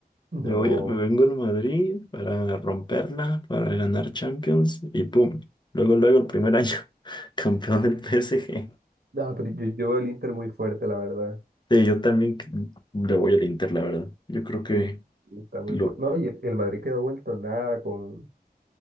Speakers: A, on the right; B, on the left.
A: No.
B: Me voy a- me vengo al Madrid para romperla, para ganar Champions y pum. Luego, luego el primer año, <laughs> campeón del PSG.
A: No, pero yo, yo veo el Inter muy fuerte, la verdad.
B: Sí, yo también c- le voy al Inter, la verdad. Yo creo que
A: Está muy
B: lo...
A: fu- No, y el, el Madrid quedó vuelto nada con,